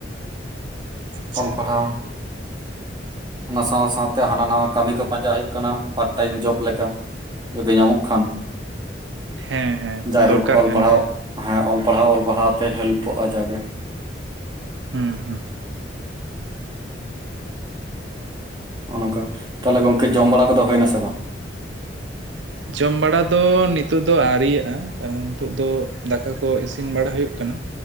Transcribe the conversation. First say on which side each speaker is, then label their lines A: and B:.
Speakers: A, on the right; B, on the right.
A: ᱟᱪᱪᱷᱟ
B: ᱚᱞ ᱯᱟᱲᱦᱟᱣ ᱚᱱᱟ ᱥᱟᱶ ᱥᱟᱶᱛᱮ ᱦᱟᱱᱟ ᱱᱟᱣᱟ ᱠᱟᱹᱢᱤ ᱠᱚ ᱯᱟᱸᱡᱟ ᱦᱩᱭᱩᱜ ᱠᱟᱱᱟ ᱯᱟᱨᱴ ᱴᱟᱭᱤᱢ ᱡᱚᱵ ᱞᱮᱠᱟ᱾ ᱡᱫᱤ ᱧᱟᱢᱚᱜ ᱠᱷᱟᱱ,
A: ᱦᱮᱸ ᱦᱮᱸ
B: ᱡᱟᱭᱦᱳᱠ
A: ᱫᱚᱨᱠᱟᱨ
B: ᱚᱞ
A: ᱠᱟᱱ
B: ᱯᱟᱲᱦᱟᱣ
A: ᱜᱮᱭᱟ
B: ᱦᱮᱸ ᱚᱞ ᱯᱟᱲᱦᱟᱣ ᱚᱞ ᱯᱟᱲᱦᱟᱣ ᱛᱮ ᱦᱮᱞᱯᱚᱜᱼᱟ ᱡᱟᱜᱮ᱾
A: ᱦᱩᱸ ᱦᱩᱸ᱾
B: ᱱᱚᱸᱜᱼᱚ ᱱᱚᱝᱠᱟ ᱛᱟᱞᱦᱮ ᱜᱚᱝᱠᱮ ᱡᱚᱢ ᱵᱟᱲᱟ ᱠᱚᱫᱚ ᱦᱩᱭ ᱱᱟᱥᱮ ᱵᱟᱝ?
A: ᱡᱚᱢ ᱵᱟᱲᱟ ᱫᱚ ᱱᱤᱛᱚᱜ ᱫᱚ ᱟᱹᱣᱨᱤᱭᱟᱜᱼᱟ᱾ ᱠᱟᱨᱚᱱ ᱱᱤᱛᱳ ᱫᱚ ᱫᱟᱠᱟ ᱠᱚ ᱤᱥᱤᱱ ᱵᱟᱲᱟ ᱦᱩᱭᱩᱜ ᱠᱟᱱᱟ᱾